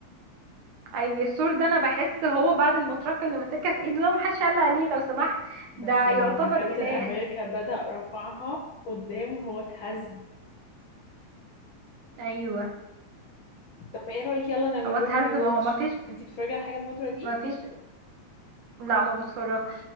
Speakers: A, on the right; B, on the left.
A: ايوه السور ده انا بحس هو بعد المطرقه اللي ماسكها في ايده ده محدش علق عليه لو سمحت
B: بس
A: ده
B: لما
A: يعتبر
B: كابتن
A: اله
B: امريكا بدأ رفعها قدامه هو اتهز
A: ايوه
B: طب ما ايه رأيك يلا نعمل
A: هو اتهز
B: لهم ري واتش
A: ما هو مفيش
B: انتي بتتفرجي على حاجة الفترة دي
A: مفيش لا ما بتفرجش